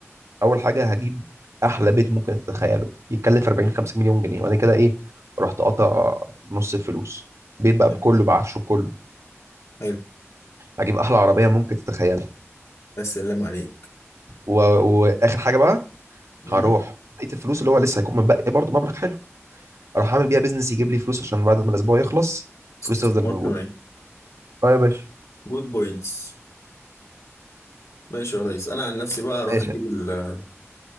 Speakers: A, on the right; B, on the left.
A: اول حاجه هجيب احلى بيت ممكن تتخيله يتكلف 40 50 مليون جنيه وانا كده ايه رحت قاطع نص الفلوس بيت بقى
B: طيب،
A: بكله بعفشه بكله
B: حلو
A: هجيب احلى عربيه ممكن تتخيلها
B: يا سلام عليك
A: و... واخر حاجه بقى
B: مم.
A: هروح بقيه الفلوس اللي هو لسه هيكون متبقي برضه مبلغ حلو اروح اعمل بيها بيزنس يجيب لي فلوس عشان بعد ما الاسبوع يخلص فلوس
B: استثمار
A: تفضل موجوده
B: كمان
A: اه يا باشا
B: جود بوينتس ماشي يا ريس انا عن نفسي بقى اروح
A: ماشي
B: اجيب ال-